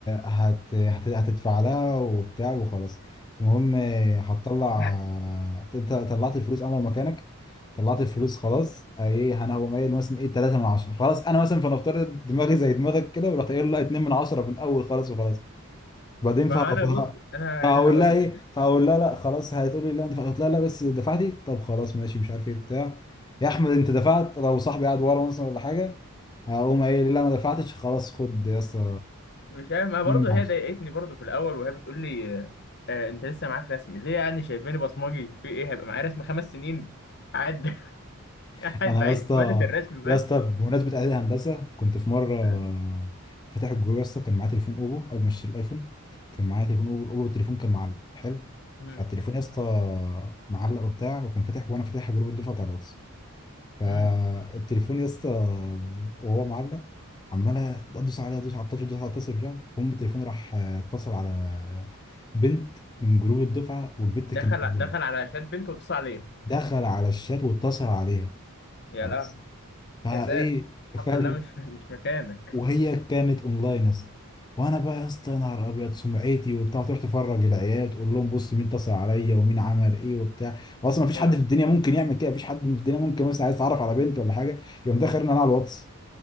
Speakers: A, on the left; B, on the left.
A: هت هت- هتدفع لها وبتاع وخلاص المهم هتطلع
B: <laughs>
A: انت طلعت الفلوس انا لو مكانك طلعت الفلوس خلاص ايه انا هقوم قايل مثلا ايه 3 من 10 خلاص انا مثلا فنفترض دماغي زي دماغك كده ورحت قايل لا 2 من 10 من الاول خالص وخلاص بعدين
B: ما
A: فهقف
B: هو انا بص انا
A: فهقول
B: انا هقول
A: لها ايه
B: لك
A: فهقول لها لا خلاص هتقولي لا انت دفعت قلت لها لا بس دفعتي طب خلاص ماشي مش عارف ايه بتاع يا احمد انت دفعت لو صاحبي قاعد ورا مثلا ولا حاجه هقوم قايل لي لا ما دفعتش خلاص خد يا اسطى
B: مش عارف ما
A: 2
B: برضه
A: من
B: هي
A: 10
B: ضايقتني برضه في الاول وهي بتقول لي آه آه، انت لسه معاك رسم ليه يعني شايفاني بصمجي في ايه هيبقى معايا رسم خمس سنين قاعد <laughs>
A: <laughs>
B: قاعد
A: انا
B: بعيد
A: يا اسطى
B: في ماده الرسم بس
A: يا اسطى بمناسبه اعدادي هندسه كنت في مره
B: آه.
A: فاتح الجروب يا اسطى كان معايا تليفون اوبو قبل ما اشتري الايفون كان معايا تليفون اوبو الاوبو التليفون كان معلق حلو
B: مم.
A: فالتليفون يا اسطى معلق وبتاع وكان فاتح وانا فاتح جروب الدفعه بتاع الواتس فالتليفون
B: مم.
A: يا اسطى وهو معلق عمال ادوس عليها ادوس على الطشر ادوس على الطشر وبتاع المهم التليفون راح آه، اتصل على بنت من جروب الدفعه والبنت
B: دخل
A: كانت اونلاين
B: دخل على شات بنت واتصل عليا
A: دخل على الشات واتصل عليها
B: يا
A: خلاص
B: لهوي
A: فايه
B: يا ساتر الحمد
A: فاهم
B: لله مش مش مكانك
A: وهي كانت اونلاين يا اسطى وانا بقى يا اسطى يا نهار ابيض سمعتي وبتاع تروح تفرج العيال تقول لهم بص مين اتصل عليا ومين عمل ايه وبتاع واصلا مفيش
B: آه.
A: حد في الدنيا ممكن يعمل كده مفيش حد في الدنيا ممكن مثلا عايز يتعرف على بنت ولا حاجه يقوم داخل انا على الواتس